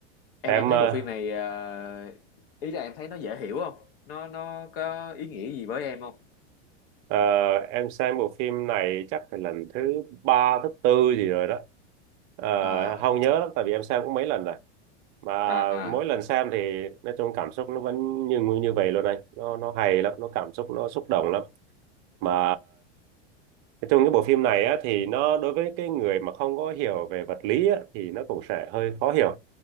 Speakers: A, on the left (about 55°); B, on the right (about 30°).
A: Em
B: Em
A: em thấy
B: ờ,
A: bộ phim này, ờ, ý là em thấy nó dễ hiểu không? Nó nó có ý nghĩa gì với em không?
B: ờ, em xem bộ phim này chắc phải lần thứ ba, thứ tư gì rồi đó. Ờ,
A: À,
B: không nhớ lắm, tại vì em xem cũng mấy lần rồi. Mà
A: à,
B: mỗi
A: à,
B: lần xem thì nói chung cảm xúc nó vẫn như như vậy luôn này. Nó nó hay lắm, nó cảm xúc nó xúc động lắm. Mà Nói chung cái bộ phim này á, thì nó đối với cái người mà không có hiểu về vật lý á, thì nó cũng sẽ hơi khó hiểu